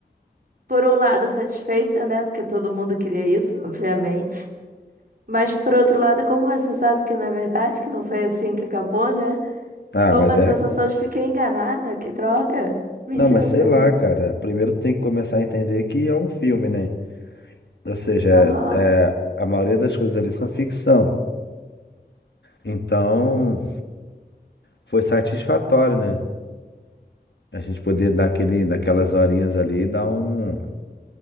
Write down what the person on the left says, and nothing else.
Ah,
mas
é
Não, mas sei
lá,
cara. Primeiro tem que começar a entender que é um filme, né? Ou seja,
é- é- a maioria das coisas ali são ficção. Então, foi satisfatório, né? A gente poder dar aquele, naquelas horinhas ali dar um,